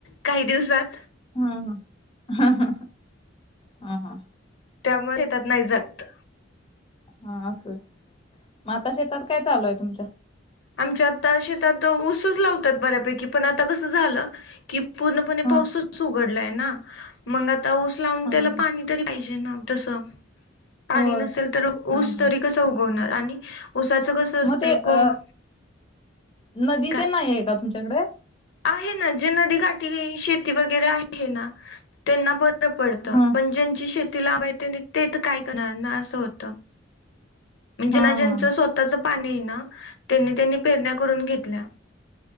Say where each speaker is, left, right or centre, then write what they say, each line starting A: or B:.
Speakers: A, on the left; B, on the left.
A: काही दिवसात.
B: हम्म ह हा हा हा हा हा.
A: त्यामुळे त्यात नाही जात.
B: हा असोय म आाता शेतात काय चालू आहे तुमच्या?
A: आमच्या आता शेतात ऊसच लावतात बऱ्यापैकी पण आता कसं झालं की पूर्णपणे
B: हां
A: पाऊसच उघडलाय ना मंग आता ऊस लावून
B: हां
A: त्याला पाणी तरी पाहिजे. जे न तसं
B: होय.
A: आणि नसेल तर
B: हां
A: ऊस
B: हां
A: तरी. कसं उगवणार आणि उसाचं कसं असतंय
B: मग ते अ,
A: कोंब.
B: नदी
A: काय
B: ते नाही आहे का तुमच्याकडे.
A: आहे ना जे नदी काठी घई शेती वगैर आहे ना त्यांना ब र पडत
B: हां
A: पण ज्यांची शेती लांब आहे त्यांनी ते त काय करनार न असं होत म्हणजे
B: हां
A: ना
B: हां
A: ज्यांच
B: हां
A: स्वतचं. पाणी आहे ना त्यांनी त्यांनी पेरण्या करून घेतल्या.